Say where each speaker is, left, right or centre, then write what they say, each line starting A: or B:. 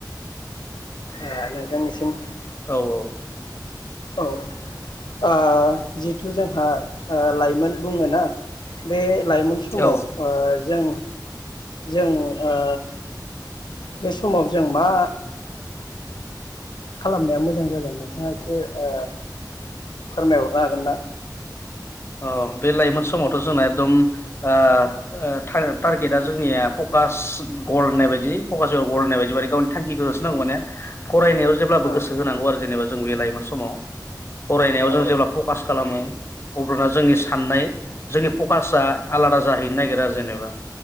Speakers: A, on the left; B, on the left.
A: ओ नोंथांनिसिम
B: औ औ
A: औ ओ जिहेथु जोंहा ओ लाइमोन बुङोना बे लाइमोन समाव
B: औ
A: ओ जों जों ओ बे समाव जों मा? खालामनाया मोजां जागोन नोंथाङा एसे ओ फोरमायहरनो हागोन ना?
B: अ बे लाइमोन समावथ' जोंना एकदम ओ ओ टारगेटआ जोंनिया फकास गल होननाय बायदि फकास इयर गल होननाय बायदि माने गावनि थांखिखौ होसोनांगौ माने फरायनायाव जेब्लाबो
A: औ
B: गोसो होनांगौ आरो जेनेबा जों बे लाइमोन समाव फरायनायाव
A: औ
B: जों जेब्ला पकास खालामो अब्लाना जोंनि साननाय जोंनि पकासा आलादा जाहैनो नागिरो आरो जेनेबा